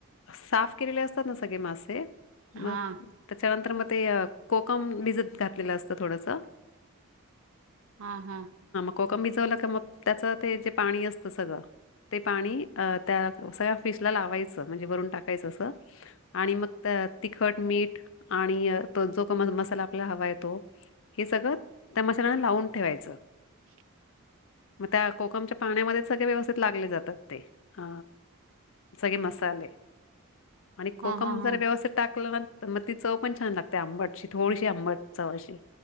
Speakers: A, on the left (about 60°); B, on the right (about 70°).
A: साफ केलेले असतात ना सगळे मासे मग
B: हां
A: त्याच्यानंतर म ते कोकम भिजत घातलेलं असत थोडस.
B: हा हम्.
A: कोकम भजवला क मग त्याच ते जे पाणी असतं सगळं ते पाणी त्या सगळ्या फिश ला लावायचं म्हणजे वरून टाकायचं असं आणि मग त्या तिखट, मीठ आणि त जो का मसाला आपल्याला हवाय तो हे सगळं त्या मसाल्याना लावून ठेवायचं.
B: ह्
A: मग त्या कोकमच्या पाण्यामध्येच सगळे व्यवस्थित लागले जातात ते. अ सगळे मसाले. आणि कोकम
B: हां हां हां
A: जरा व्यवस्थित टाकल ना तर मग ती चव पण छान लागते आंबटची. थोडीशी आंबट चव अशी.